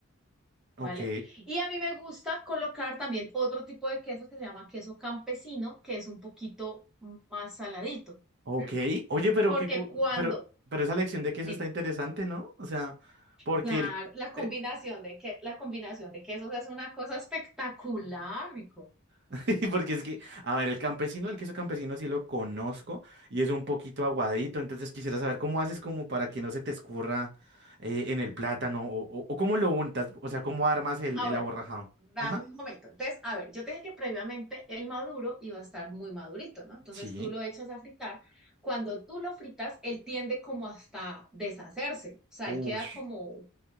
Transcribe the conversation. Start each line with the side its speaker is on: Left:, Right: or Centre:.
Right: ok,
Centre: ¿vale? Y a mí me gusta colocar también otro tipo de queso que se llama queso campesino, que es un poquito más saladito,
Right: ok,
Centre: ¿m?
Right: oye, pero
Centre: porque
Right: qué, cu-
Centre: cuando,
Right: pero, pero esa lección de queso
Centre: dime,
Right: está interesante, ¿no? O sea, porque
Centre: claro,
Right: el,
Centre: la combinación
Right: eh,
Centre: de que la combinación de quesos es una cosa espectacular, rico.
Right: <laughs> Porque es que, a ver, el campesino, el queso campesino sí lo conozco y es un poquito aguadito, entonces quisiera saber cómo haces como para que no se te escurra eh, en el plátano o, o- o cómo lo untas, o sea, cómo armas el,
Centre: Ah,
Right: el
Centre: bueno,
Right: aborrajado.
Centre: dame
Right: Ajá,
Centre: un momento. Entonces, a ver, yo te dije que previamente el maduro iba a estar muy madurito, ¿no? Entonces
Right: sí.
Centre: tú lo echas a fritar. Cuando tú lo fritas, él tiende como hasta deshacerse, o sea,
Right: Ush.
Centre: él queda como